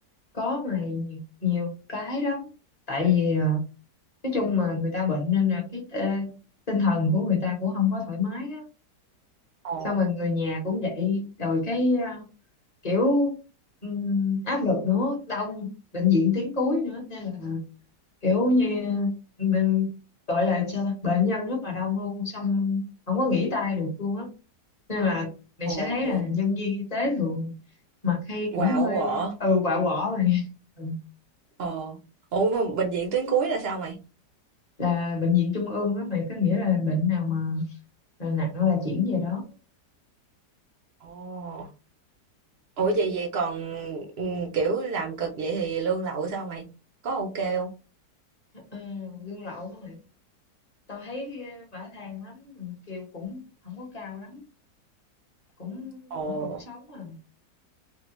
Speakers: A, on the left; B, on the right.
A: có mày nhi- nhiều cái lắm tại vì à, nói chung mà người ta bệnh nên là cái à, tinh thần của người ta cũng không có thoải mái á
B: Ồ,
A: xong rồi người nhà cũng vậy rồi cái à, kiểu ừm, áp lực nữa đông bệnh viện tuyến cuối nữa nên là kiểu như mình gọi là sao ta? bệnh nhân rất là đông luôn xong không có nghỉ tay được luôn á nên là mày
B: ồ,
A: sẽ thấy là nhân viên y tế thường mặt hay cũng
B: quạo
A: hơi
B: quọ.
A: ừ quạ quọ rồi ừ.
B: Ồ. Ủa mà bệnh viện tuyến cuối là sao mày?
A: là bệnh viện trung ương đó mày có nghĩa là bệnh nào mà là nặng là chuyển về đó
B: Ồ, ủa vậy vậy còn ừ, kiểu làm cực vậy thì lương lậu sao mày? Có ok không?
A: Ờ, lương lậu hả mày tao thấy ờ, bả than lắm kêu cũng không có cao lắm cũng
B: Ồ,
A: cũng đủ sống à